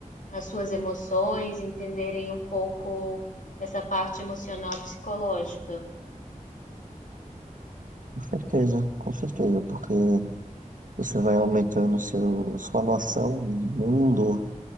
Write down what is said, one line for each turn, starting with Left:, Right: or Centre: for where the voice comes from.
Left: as suas emoções, entenderem um pouco essa parte emocional psicológica.
Right: Com certeza, com certeza, porque Você vai aumentando seu, sua noção de mundo,